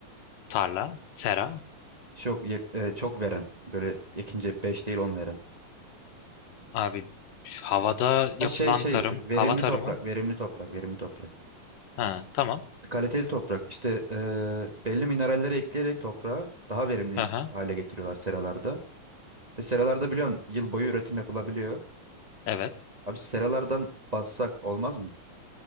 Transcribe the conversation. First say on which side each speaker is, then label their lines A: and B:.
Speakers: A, on the left; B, on the right.
A: Tarla, sera.
B: Çok, ye- eee, çok veren. Böyle ekince 5 değil 10 veren.
A: Abi şu havada yapılan
B: Ha şey şey
A: tarım,
B: verimli
A: hava tarımı.
B: toprak, verimli toprak, verimli toprak.
A: Ha, tamam.
B: Kaliteli toprak. İşte eee, belli mineralleri ekleyerek toprağa daha verimli
A: Aha,
B: hale getiriyorlar seralarda. Ve seralarda biliyorsun yıl boyu üretim yapılabiliyor.
A: evet.
B: Abi seralardan bassak olmaz mı?